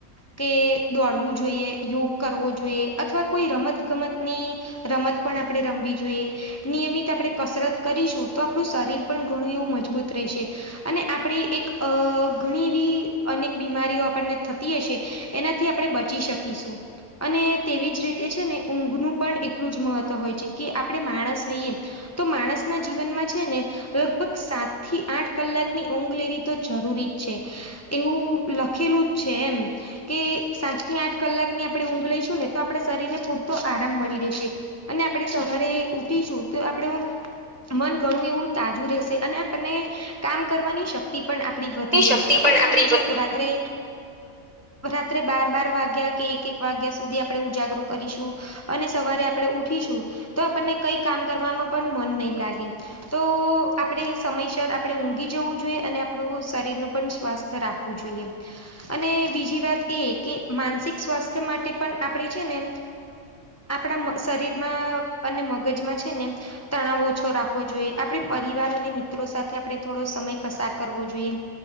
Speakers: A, on the left; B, on the right.
A: કે દોડવું જોઈએ, યોગ કરવો જોઈએ અથવા કોઈ રમત ગમતની રમત પણ આપણે રમવી જોઈએ. નિયમિત આપણે કસરત કરીશું તો આપણું શરીર પણ ઘણું એવું મજબૂત રહેશે. અને આપણી એક ઘણી એવી અનેક બીમારીઓ આપણને થતી હશે. એનાથી આપણે બચી શકીશું અને તેવી જ રીતે છે ને ઊંઘનું પણ એક એટલું જ મહત્વ હોય છે કે આપણે માણસ હોઈએ તો માણસના જીવનમાં છે ને લગભગ સાત થી આઠ કલાકની ઊંઘ લેવી તો જરૂરી જ છે એવું લખેલું જ છે એમ કે સાત થી આઠ કલાકની આપણે ઊંઘ લઈશું ને તો આપણા શરીર ને પૂરતો આરામ મળી રહેશે. અને આપણે સવારે ઉઠિશુ તો આપડું મન ઘણું એવું તાજું રહેશે અને આપણને કામ કરવાની શ- -ક્તિ પણ આપણી વધી
B: રહે શક્તિ
A: રહેશે પણ આપણે
B: આપણી
A: જો રાત્રે રાત્રે બાર બાર વાગ્યા કે એક એક વાગ્યા સુધી આપણે ઉજાગરો કરીશું, અને સવારે આપણે ઉઠીશું તો આપણને કઈ કામ કરવાવમાં પણ મન નહી લા- -ગે તો આપણે સમયસર આપણે ઊંઘી જવું જોઈએ અને આપણું શરીરનું પણ સ્વસ્થ રાખવું જોઈએ. અને બીજી વાત એ કે માનસિક સ્વાસ્થ્ય માટે પણ આપણે છે ને આપણા શરીરમાં અને મગજમાં છે ને તણાવ ઓછો રાખવો જોઈએ આપણે પરિવાર અને મિત્રો સાથે આપણે થોડો સમય પસાર કરવો જોઈએ,